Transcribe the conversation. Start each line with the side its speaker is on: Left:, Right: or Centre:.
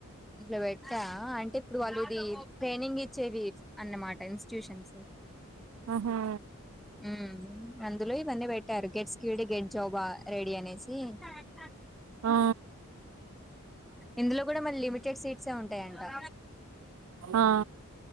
Centre: ఇట్లా బేటా అంటే ఇప్పుడు వాళ్ళు ఇది పెయినింగ్ ఇచ్చేది అన్నమాట ఇన్స్ ట్యూషన్సు
Right: ఆహా
Centre: ఉహు అందులో ఇవన్నీ పెట్టారు గెట్స్క్యూడి గెట్ జాబా రెడీ అనేసి హు
Right: ఆ
Centre: ఇందులో కూడా మళ్ళి లిమిటెడ్ సిడ్సే ఉంటాయంటా
Right: ఆ